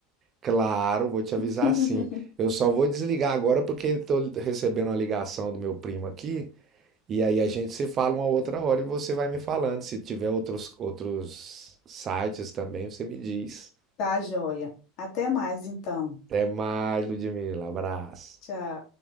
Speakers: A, on the right (about 25°); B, on the left (about 40°).
A: claro, vou te
B: <laughs>
A: avisar assim. Eu só vou desligar agora porque estou recebendo uma ligação do meu primo aqui. E aí a gente se fala uma outra hora e você vai me falando. Se tiver outros, outros sites também, você me diz.
B: Tá, joia. Até mais, então.
A: Até mais, Ludmila. Abraço.
B: Tchau.